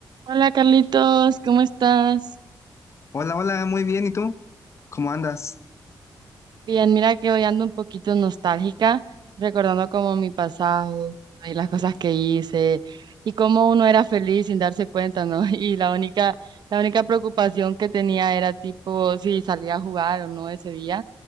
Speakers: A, on the right; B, on the left.
A: Hola Carlitos, ¿cómo estás?
B: Hola, hola, muy bien. ¿Y tú? ¿Cómo andas?
A: Bien, mira que hoy ando un poquito nostálgica, recordando como mi pasado y las cosas que hice y cómo uno era feliz sin darse cuenta, ¿no? <laughs> Y la única, la única preocupación que tenía era tipo si salía a jugar o no ese día.